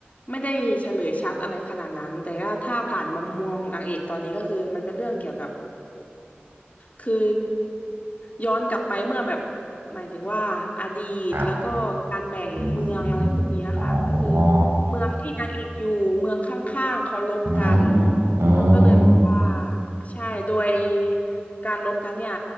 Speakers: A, on the left; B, on the right.
A: ไม่ได้เฉลยชัดอะไรขนาดนั้นแต่ว่าถ้าผ่านมามมองนางเอกตอนนี้ก็คือมันเป็นเรื่องเกี่ยวกับ คือย้อนกลับไปเมื่อแบบหมายถึงว่าอดีตแล้วก็การแบ่งเมืองอะไรพวกเนี้ยค่ะก็คือ
B: ครับอืมอมอ๋อ
A: เมืองที่นางเอกอยู่เมืองข้างๆเขาลบกัน
B: อืมอืม
A: เขาก็เลยแบบว่าใช่โดยการลบกันเนี่ย